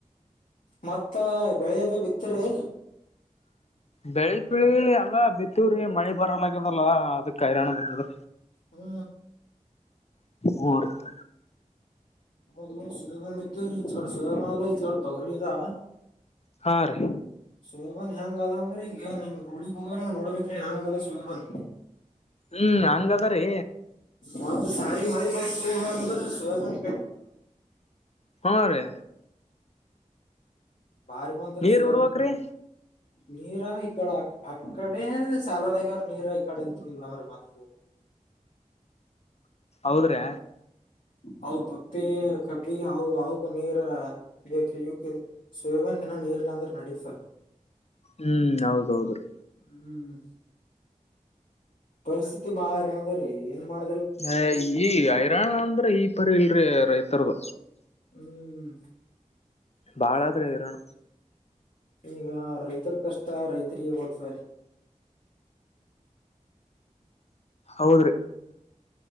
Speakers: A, on the left; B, on the left.
A: ಮತ್ತ ಬೆಳೆಯದು ಬಿತ್ತರಿ
B: ಬೆಳಿ ಪಳಿ ಅಲ್ಲ ಬಿತ್ತೂ್ರಿಗೆ ಮಳಿ ಬರಲ್ಲ ಆಗ್ಯದಲ್ಲ ಅದಕ್ ಕ ಹೈರಾಣ ಬಿದ್ದದ
A: ಹ್ಮ
B: <inaudible>
A: <inaudible>
B: ಹಾ ರೀ
A: ಸೋಮನ್ ಹೆಂಗ ಅದಂದ್ರೆ ಈಗ ರೂಡಿಗ್ ಹೋಗ್ರಂಗ ನೋಡ್ಬೇಕ್ರಿ ಹೆಂಗ ಅದ ಸುಲ್ಬನ್
B: ಹ್ಮ್ ಹಂಗದ ರೀ
A: ಹದು ಸಾರಿ ಮಳಿ ಬ ಅಂದ್ರ ಸೋಬದು
B: ಹು ರಿ
A: ಬಹಾರಿ ಬಂಧರ
B: ನೀರ್
A: ಶುವ
B: ಬಿಡ್ಬೇಕ್ರಿ
A: <inaudible> ನೀರಾ ಈಕಡ ಅಕ್ಕಡೆ ಸಾಲಾಲಾಗ್ಯ ಅವ್ರ ನೀರ ಈಕಡೆ ಇಲ್ತಡ ಅವ್ರೀ ಮತ್ತ
B: ಹೌದ್ರೆ
A: ಹ ಪಪ್ಪಿ ಕಬಿ ಹ ನೀರ ಬ ಸೂರ್ಯಬನ್ ಏನನ್ ನೀರ್ಲ್ಲಾಂದ್ರೆ ನಡೀತಾ
B: ಹ್ಮ್ ಹೌದ ಹೌದುರೀ
A: ಹ್ಮ್ ಪರಿಸ್ಥಿತಿ ಬಹಾರಣದ ಏನ್ ಮಾಡ
B: ಅ ಈ ಹೈರಾಣ ಅಂದ್ರೆ ಈ ಪರಿ ಇಲ್ರಿ ರೈತರ್ದ
A: ಹ್ಮ್
B: ಬಾಳಾದ್ರೆ ಇರೋಣ
A: ಈಗ ರೈತರ್ ಕಷ್ಟ ರೈತರಿಗೆ ಓದ್ತ್ರ
B: ಹೌದ್ರಿ